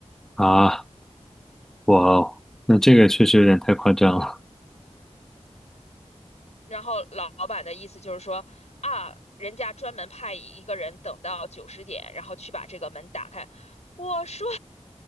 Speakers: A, in the centre; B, on the left (about 70°).
A: 啊，哇哦，那这个确实有点太夸张了
B: 然后老老板的意思就是说啊，人家专门派一个人等到九十点，然后去把这个门打开。我说，